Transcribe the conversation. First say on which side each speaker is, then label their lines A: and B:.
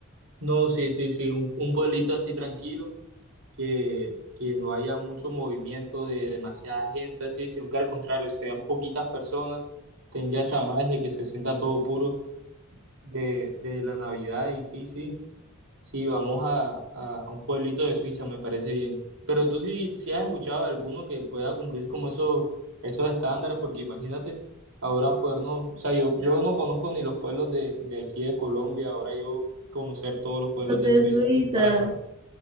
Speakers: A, on the right; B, on the right.
A: No, sí, sí, sí. Un, un pueblito así tranquilo, que, que no haya mucho movimiento de demasiada gente, así, sino que al contrario, sean poquitas personas, tenga esa magia, que se sienta todo puro de, de la Navidad. Y sí, sí. Sí, vamos a, a- a un pueblito de Suiza, me parece bien. Pero tú sí, sí has escuchado de alguno que pueda cumplir como esos, esos estándares, porque imagínate, ahora podernos, o sea, yo, yo no conozco ni los pueblos de, de aquí de Colombia, ahora yo conocer todos los pueblos
B: Los
A: de
B: De
A: Suiza
B: Suiza.
A: como para saber.